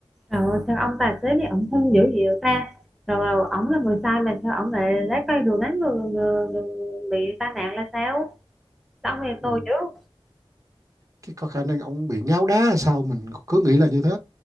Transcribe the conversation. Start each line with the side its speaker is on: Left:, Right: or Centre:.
Centre: rồi sao ông tài xế này ổng hung dữ vậy ta Rồi rồi ổng là người sai mà sao ổng lại lái cây đường đánh người, người, người bị tai nạn là sao Sao ông này
Right: ừ.
Centre: tôi dữ
Right: cái có khả năng ông bị ngáo đá hay sao mình cứ nghĩ là như thế